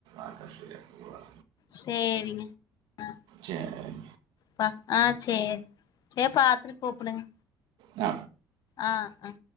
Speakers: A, on the right; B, on the left.
A: ஆக்காஷ் கிட்ட கூட்டுவற
B: சேரிங்க அ
A: சரி
B: ப ஆ சேரி சேரி பாத்துட்டு கூப்டுங்க
A: ஆ
B: ஆ அ